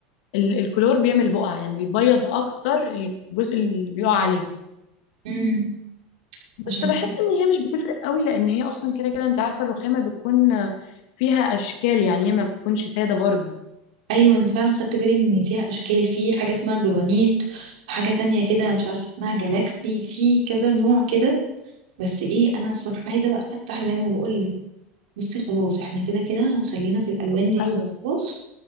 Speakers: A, on the left (about 70°); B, on the right (about 85°).
A: ال- الكلور بيعمل بقع يعني بيبيض اكتر الجزء اللي بيقع عليه
B: امم
A: بس
B: عشان
A: بحس
B: كده
A: ان هي مش بتفرق قوي لان هي اصلا كده كده انت عارفه الرخامه بتكون فيها اشكال يعني هي ما بتكونش ساده برضو
B: أيوة أنا فعلا خدت بالي إن فيها أشكال في حاجة اسمها جرانيت وحاجة تانية كده مش عارفة اسمها جالاكسي في كذا نوع كده بس إيه أنا الصراحة عايزة بقى أفتح زي ما بقول بصي خلاص احنا كده كده هنخلينا في الالوان دي
A: ايوه
B: في المطبخ